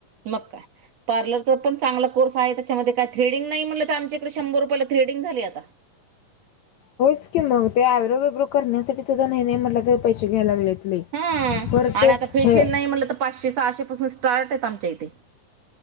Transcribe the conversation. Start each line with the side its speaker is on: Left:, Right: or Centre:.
Right: मग काय पार्लरचा पण चांगला कोर्स आहे त्याच्यामध्ये काय थ्रेडिंग नाही म्हणलं तर आमच्याकडे शंभर रुपयाला थ्रेडिंग झाली आता
Left: होयच की मग ते आयब्रो बेब्रो करण्यासाठी सुद्धा नाही नाही म्हटलं तर पैसे घ्यायला लागलेत लई.
Right: हम
Left: परत
Right: आणि
Left: ते
Right: आता फेशियल
Left: हे
Right: नाही म्हणलं तर पाचशे सहाशेपासून स्टार्ट येत आमच्या इथे